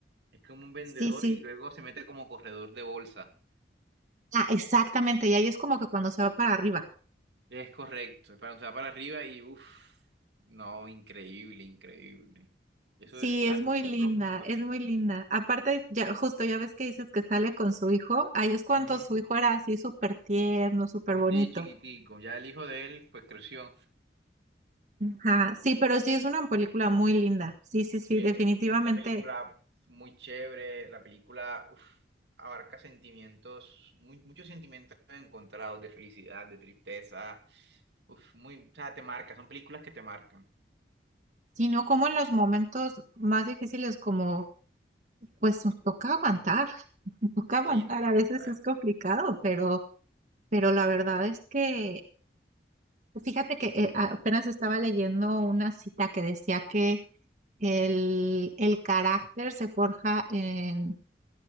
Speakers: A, on the right; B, on the right.
A: Es como un vendedor
B: Sí, sí.
A: y luego se mete como corredor de bolsa.
B: Ah, exactamente, y ahí es como que cuando se va para arriba.
A: Es correcto, es para o sea, para arriba y uff, no, increíble, increíble. Eso
B: Sí,
A: es
B: es
A: algo
B: muy linda,
A: muy profundo.
B: es muy linda. Aparte, ya, justo ya ves que dices que sale con su hijo, ahí es cuando
A: Ujú.
B: su hijo era así súper tierno, súper bonito.
A: Sí, chiquitico. Ya el hijo de él, pues creció.
B: Ajá, sí, pero sí es una película muy linda. Sí, sí, sí,
A: Sí,
B: definitivamente.
A: es es una película muy chévere. La película uf, abarca sentimientos, muy- muchos sentimientos encontrados de felicidad, de tristeza. Uf, muy, o sea, te marca, son películas que te marcan.
B: Sino como en los momentos más difíciles, como pues nos toca aguantar, <laughs> nos toca aguantar.
A: Sí, toca
B: A
A: aguantar.
B: veces es complicado, pero, pero la verdad es que, fíjate que eh, apenas estaba leyendo una cita que decía que El, el carácter se forja en,